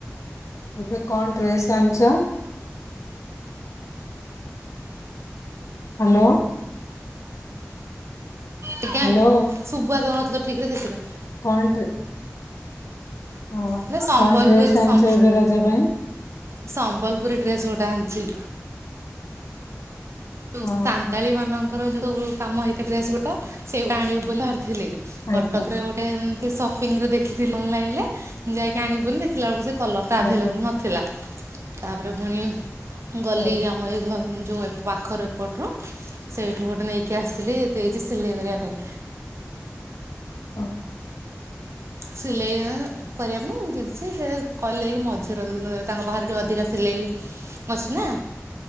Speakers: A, on the left (about 70°); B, on the right (about 60°).
A: ଏବେ କଣ ଡ୍ରେସ୍ ଆଣିଚ? ହାଲୋ।
B: ଆଜ୍ଞାଗ୍
A: ହ୍ୟାଲୋ
B: ସୁୁବା ଯାଉନଥିଲା ଠିକ ରେ ସେଥିପାଇଁ
A: କଣ <unintelligible> ହଁ
B: ହେଲେ ସମ୍ବଲପୁରୀ
A: କଣ ଡ୍ରେସ୍ ଆଣିଚ
B: ସମ୍
A: ଏବେ ରଜ ପାଇଁ?
B: ସମ୍ବଲପୁରୀ ଡ୍ରେସ୍ ଗୋଟେ ଆଣିଚି। ଯୋଉ
A: ହଁ
B: ସାନ୍ତାଳୀ
A: ହଁ
B: ମାନଙ୍କର ଯୋଉ ସବୁ କାମ ହେଇଥାଏ ଡ୍ରେସ ଗୁଡିକ ସେଟା ଆଣିବି ବୋଲି ବାହାରିଥିଲି। କଟକ
A: ଆଜ୍ଞା
B: ରେ ଗୋଟେ ଏମତି ସପିଙ୍ଗ ରେ ଦେଖିଥିଲି ଅନଲାଇନ୍ ଲେ ଯାଇକି ଆଣିବି ବୋଲି ଦେଖିଲା ବେଳକୁ ସେ କଲର୍ ଟା ଆଭେଲେବୁଲ୍
A: ଆଜ୍ଞା
B: ନଥିଲା ତାପରେ ପୁଣି ଗଲି
A: ଆଜ୍ଞା
B: ଆମ ଏଇ ଘ ଯୋଉ ପାଖର ଏପଟ ରୁ ସେଇଠୁ ଗୋଟେ ନେଇକି ଆସିଥିଲି ଦେଇଚି ସିଲେଇ କରିବା ପାଇଁ।
A: ହଁ।
B: ସିଲେଇ ଆ କରିବା ପାଇଁ ମୁଁ ଦେଇଛି ସେ କଇଲେ କି ମଝିରେ <inaudible> ତାଙ୍କ ପାଖରେ ଟିକେ ଅଧିକା ସିଲେଇ ଅଛି ନା।